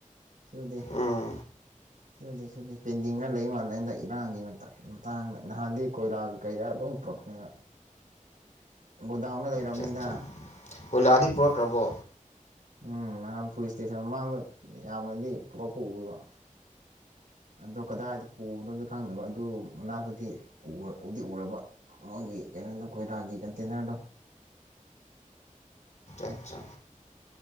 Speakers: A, on the right; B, on the left.
A: ꯁꯨꯗꯦ
B: ꯎꯝ
A: ꯁꯨꯗꯦ ꯁꯨꯗꯦ ꯄꯦꯟꯗꯤꯡꯒꯔ ꯂꯩ ꯃꯥꯜꯂꯦꯗ ꯏꯔꯥꯡꯒꯤ ꯃꯇꯥꯡꯗ ꯅꯍꯥꯟꯗꯤ ꯀꯣꯏꯂꯥꯒ ꯀꯩꯔꯥ ꯂꯣꯏ ꯄꯨꯔꯛꯄꯅꯦꯕ ꯒꯣꯗꯥꯎꯟꯗ ꯂꯩꯔꯕꯅꯤꯅ
B: ꯆꯠ ꯆꯠ ꯀꯣꯏꯂꯥꯗꯤ ꯄꯨꯔꯛꯈ꯭ꯔꯕꯣ
A: ꯎꯝ ꯅꯍꯥꯟ ꯄꯨꯂꯤꯁ ꯏꯁꯇꯦꯁꯟ ꯃꯃꯥꯡꯗ ꯌꯥꯝꯅꯗꯤ ꯄꯨꯔꯛꯄ ꯎꯋꯦꯕ ꯑꯗꯣ ꯀꯗꯥꯏ ꯗ ꯄꯨꯕꯅꯣꯗꯤ ꯈꯪꯗꯕ ꯑꯗꯨ ꯃꯅꯥꯛꯇꯗꯤ ꯎꯗꯤ ꯎꯔꯕ ꯃꯣꯏꯒꯤ ꯀꯩꯅꯣꯗꯣ ꯀꯣꯏꯂꯥꯒꯤ ꯀꯟꯇꯦꯟꯅꯔꯗꯣ
B: ꯑꯆꯥ